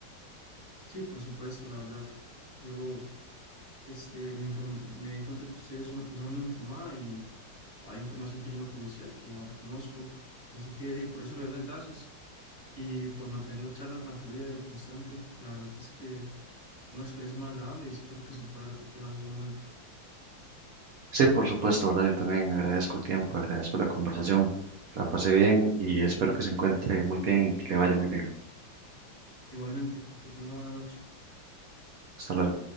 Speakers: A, on the left; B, on the right.
A: Sí, por supuesto, la verdad. Yo este, me, inform- me di cuenta que usted es una persona muy informada y hay información que yo no conocía, que ahora conozco. Así que di, por eso le doy las gracias y por mantener la charla tan fluida y constante. La verdad es que una experiencia muy agradable y espero que se pueda repetir en algún momento.
B: Sí, por supuesto, ¿verdad? Yo también agradezco el tiempo, agradezco la conversación, la pasé bien y espero que se encuentre muy bien y que le vaya muy bien.
A: Igualmente, que tenga buena noche.
B: Hasta luego.